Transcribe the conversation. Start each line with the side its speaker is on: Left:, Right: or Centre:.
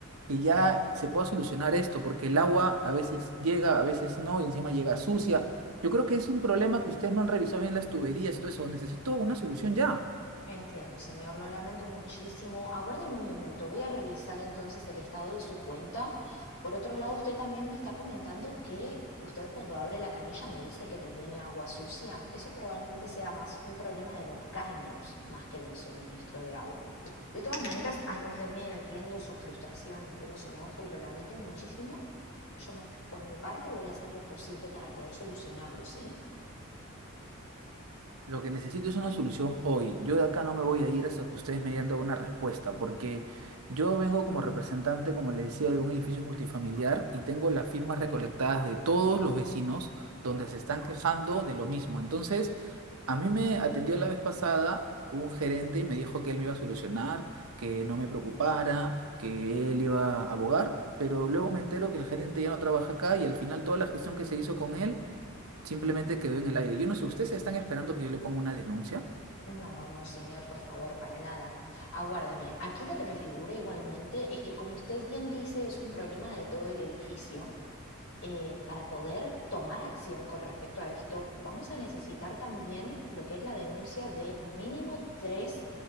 Right: que ya se pueda solucionar esto porque el agua a veces llega, a veces no, y encima llega sucia. Yo creo que es un problema que ustedes no han revisado bien las tuberías y todo eso. Necesito una solución ya.
Left: Entiendo, señor, lo lamento muchísimo. Aguárdeme un momento, voy a revisar entonces el estado de su cuenta. Por otro lado, usted también me está comentando que usted cuando abre la canilla me dice que le viene agua sucia. Eso probablemente sea más un problema de los caños, más que del suministro de agua. De todas maneras, aguárdeme, entiendo su frustración, entiendo su enojo y lo lamento muchísimo. Yo, me- por mi parte, voy a hacer lo posible para poder solucionarlo, ¿sí?
Right: Lo que necesito es una solución hoy. Yo de acá no me voy a ir hasta que ustedes me hayan dado una respuesta, porque yo vengo como representante, como le decía, de un edificio multifamiliar y tengo las firmas recolectadas de todos los vecinos donde se están quejando de lo mismo. Entonces, a mí me atendió la vez pasada un gerente y me dijo que él me iba a solucionar, que no me preocupara, que él iba a abogar, pero luego me entero que el gerente ya no trabaja acá y al final toda la gestión que se hizo con él Simplemente quedó en el aire. Yo no sé, ¿ustedes están esperando que yo le ponga una denuncia?
Left: No, no, señor, por favor, para nada. Aguárdeme. Aquí lo que me figura igualmente es que, como usted bien dice, es un problema de todo el edificio eh, para poder tomar acción con respecto a esto, vamos a necesitar también lo que es la denuncia de mínimo tres